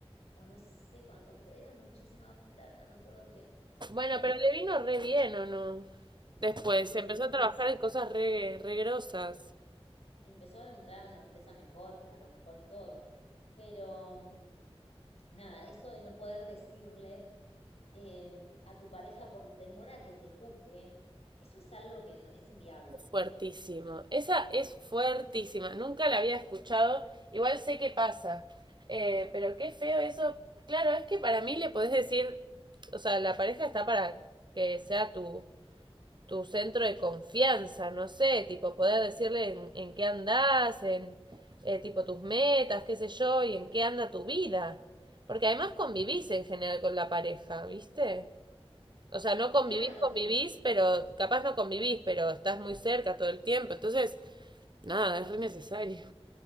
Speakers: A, on the left; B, on the right.
A: o no sé cuántos, pero era muchísima plata, me acuerdo que,
B: Bueno,
A: bueno,
B: pero le vino re bien, ¿o no? Después
A: sí,
B: empezó
A: obviamente,
B: a trabajar en cosas re, re grosas.
A: empezó a entrar a una empresa mejor, que ganó mejor y todo, pero mm, nada, eso de no poder decirle em, a tu pareja por temor a que te juzgue, eso es algo que no, es inviable.
B: Fuertísimo. Esa es fuertísima. Nunca la había escuchado. Igual sé qué pasa. Eh, pero qué feo eso. Claro, es que para mí le podés decir, o sea, la pareja está para que sea tu, tu centro de confianza, no sé, tipo poder decirle en, en qué andás, en eh, tipo tus metas, qué sé yo, y en qué anda tu vida. Porque además convivís en general con la pareja, ¿viste? O sea, no
A: Claro,
B: convivís, convivís, pero capaz no convivís, pero estás muy cerca todo el tiempo. Entonces, nada, es re necesario.